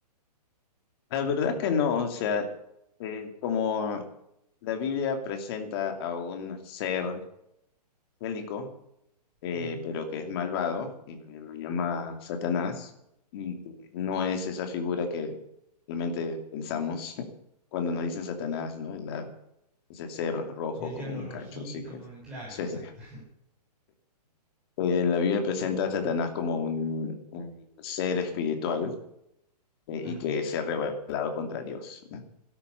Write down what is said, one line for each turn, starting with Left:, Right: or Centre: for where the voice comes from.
Left: La verdad que no, o sea, eh, como la Biblia presenta a un ser bélico, eh,
Centre: Ujú.
Left: pero que es malvado y lo llama Satanás, y que no es esa figura que realmente pensamos <laughs> cuando nos dicen Satanás, ¿no? La- ese ser rojo
Centre: El diablo
Left: con
Centre: rojito
Left: cachos y que...
Centre: con... Claro,
Left: sí,
Centre: exacto.
Left: sí. Eh, la Biblia presenta a Satanás como un, un ser espiritual eh,
Centre: <laughs> Ajá.
Left: y que se ha rebelado contra Dios, ¿no?